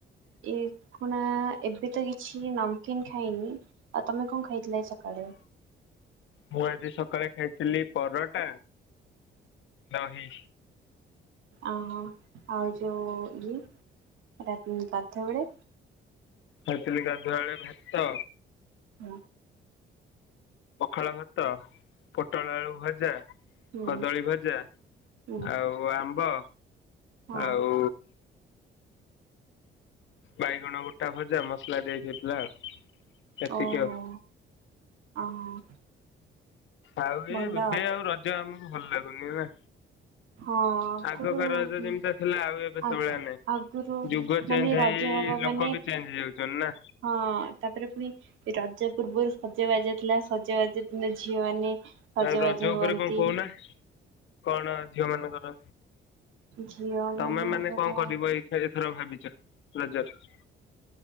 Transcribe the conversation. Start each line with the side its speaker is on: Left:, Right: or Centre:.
Right: ଏ ଖୁଣା ଏବେ ତ କିଛି ନମକିନ୍ ଖାଇନି ଆଉ ତମେ କଣ ଖାଇଥିଲ ଆଜି ସକାଳେ
Left: ମୁଁ ଆଜି ସକାଳେ ଖାଇଥିଲି ପରଟା ଦହି
Right: ଓହୋ ଆଉ ଯୋଉ ଇଏ ରାତି ପାର୍ଥ ବେଳେ
Left: ଖାଇଥିଲି ଗାଧୁଆବେଳେ ଭାତ
Right: ହଁ
Left: ପଖାଳ ଭାତ ପୋଟଳ ଆଳୁ ଭଜା
Right: ହୁଁ
Left: କଦଳୀ ଭଜା
Right: ହୁଁ
Left: ଆଉ ଆମ୍ବ
Right: ହଁ
Left: ଆଉ ବାଇଗଣ ଗୋଟା ଭଜା ମସଲା ଦେଇକି ହେଇଥିଲା ଆଉ ଏତିକି
Right: ଓହୋ
Left: ଆଉ।
Right: ଆଉ
Left: ଆଉ ବି
Right: ଭଲ
Left: ଏବେ ଆଉ ରଜ ଆମକୁ ଭଲ ଲାଗୁନି ବା
Right: ହଁ ଆଗରୁ
Left: ଆଗକା ରଜ ଯେମିତିଆ ଥିଲା ଆଉ ଏବେ
Right: ଆଗ
Left: ସେ ଭଳିଆ ନାହିଁ
Right: ଆଗରୁ
Left: ଯୁଗ
Right: ମାନେ
Left: ଚେଞ୍ଜ
Right: ରଜ
Left: ହେଇ ହେଇ
Right: ହବ ମାନେ
Left: ଲୋକ ବି ଚେଞ୍ଜ ହେଇଯାଉଚନ୍ତି ନା
Right: ହଁ ତାପରେ ପୁଣି ରଜ ପୂର୍ବରୁ ସଜ ବାଜ ଥିଲା ସଜ ବାଜ ଦିନ ଝିଅ ମାନେ ସଜବାଜ
Left: ଆଉ ରଜ
Right: ହୁଅନ୍ତି
Left: ଉପରେ କଣ କହୁନା କଣ ଝିଅ ମାନଙ୍କର
Right: ଝିଅ ମାନଙ୍କର
Left: ତମେ ମାନେ କଣ କରିବ ଏଇ ଏଇଥର ଭାବିଛ ରଜରେ